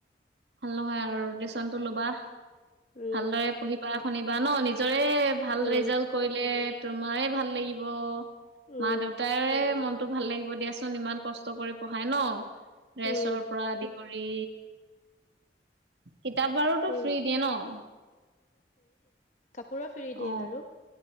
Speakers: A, on the right (about 85°); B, on the left (about 45°).
A: ভাল নহয় আৰু টিউচন টো ল'বা
B: উম,
A: ভালদৰে পঢ়িবা শুনিবা ন' নি এ ভাল
B: উম,
A: ৰিজাল্ট কৰিলে তোমাৰে ভাল লাগিব
B: উম,
A: মা দেউতাৰে মন টো ভাল লাগিব দিয়াচোন ইমান কষ্ট কৰি পঢ়াই ন' ড্ৰেছৰ
B: উম,
A: পৰা আদি কৰি কিতাপ বাৰুতো
B: উম,
A: ফ্ৰী দিয়ে ন'?
B: পুৰা ফ্ৰী দিয়ে
A: অ
B: বাৰো